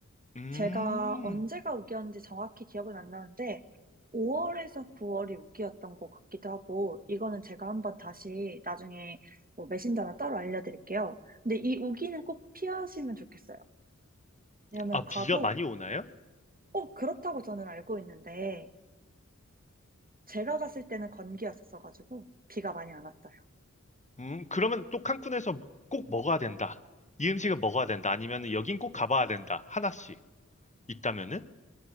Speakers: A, on the left (about 25°); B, on the right (about 30°).
A: 음.
B: 제가 언제가 우기였는지 정확히 기억은 안 나는데, 5월에서 9월이 우기였던 것 같기도 하고, 이거는 제가 한번 다시 나중에 뭐 메신저나 따로 알려드릴게요. 근데 이 우기는 꼭 피하시면 좋겠어요. 왜냐면
A: 아, 비가
B: 가도,
A: 많이 오나요?
B: 어, 그렇다고 저는 알고 있는데, 제가 갔을 때는 건기였었어가지고, 비가 많이 안 왔어요.
A: 음, 그러면 또 칸쿤에서 꼭 먹어야 된다. 이 음식은 먹어야 된다. 아니면 여긴 꼭 가봐야 된다. 하나씩 있다면은?